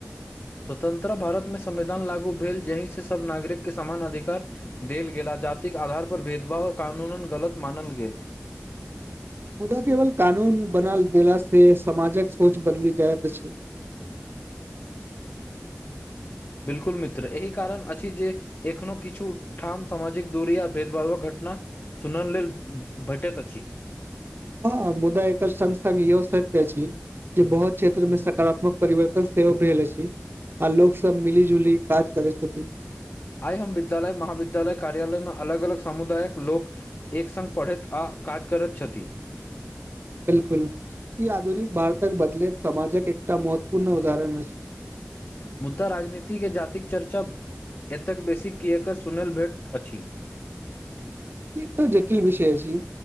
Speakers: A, on the left; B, on the right.
A: स्वतंत्र भारत मे संविधान लागू भेल जहि से सभ नागरिकके समान अधिकार देल गेल आ जातिक आधार पर भेदभाव आ कानून गलत मानल गेल
B: मुदा केवल कानून बना देला से समाजक सोच बदली जाय छै।
A: बिलकुल मित्र एहि कारण अछि जे एखनो किछु ठाम सामाजिक दूरी आ भेदभावक घटना सुनल लेल भेटैत अछि।
B: हँ मुदा एकर सत्संग योसै त छी जे बहुत क्षेत्र मे सकारात्मक परिवर्तन सेहो भेल छै। आ लोकोग सभ मिली जुली काज करै छथिन
A: आइ हम विद्यालय महाविद्यालय कार्यालय में अलग अलग समुदायक लोक एक संगे पढ़ैत आ काज करैत छथि
B: बिलकुल ई आधुनिक भारतक बदल समाजक एकटा महत्वपूर्ण उदाहरण छै।
A: मुदा राजनीतिके जातिक चर्चा एतेक बेसी किएक सुनल भेट अछि।
B: ई एकटा जटिल विषय छी।